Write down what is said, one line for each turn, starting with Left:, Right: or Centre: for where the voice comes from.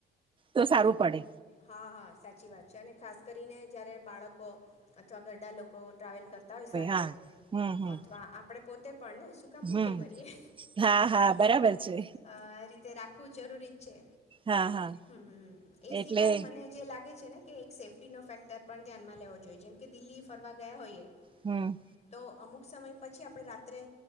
Right: તો સારું પડે
Left: હા હા સાચી વાત છે અને ખાસ કરીને જ્યારે બાળકો અથવા ઘરડા લોકો ટ્રાવેલ કરતા હોય સાથે
Right: હા હમ હમ
Left: અથવા આપણે પોતે પણ ને શું કમ ભૂખે
Right: હમ
Left: મરીએ
Right: હા હા બરાબર
Left: તો
Right: છે
Left: આ રીતે રાખવું જરૂરી જ છે.
Right: હા હા
Left: હમ એ સિવાય
Right: એટલે
Left: મને જે લાગે છે ને કે એક સેફ્ટી નો ફેક્ટર પણ ધ્યાનમાં લેવો જોઈએ જેમ કે દિલ્હી ફરવા ગયા હોઈએ
Right: હમ
Left: તો અમુક સમય પછી આપણે રાત્રે